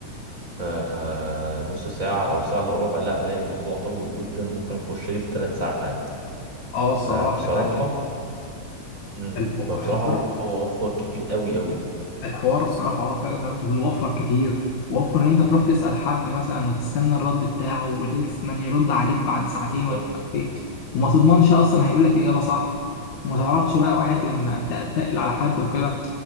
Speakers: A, on the right; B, on the left.
A: في آه، نص ساعة او ساعة الا ربع لا الاقي الموضوع طويل جدا ممكن اخش لي في ثلاث ساعات
B: اه الصراحه
A: فبصراحة
B: يعني
A: مم.
B: الحوار
A: فبصراحة هو وفر كتير قوي قوي
B: الحوار الصراحه اه فعلا زي ما انت بتقول وفر كتير وفر ان انت تروح تسال حد مثلا وتستنى الرد بتاعه ولسه يرد عليك بعد ساعتين
A: بالظبط
B: ولا مش عارف ايه وما تضمنش اصلا هيقول لك اجابه صح وما تعرفش بقى واحد لما تتقل على حد وكده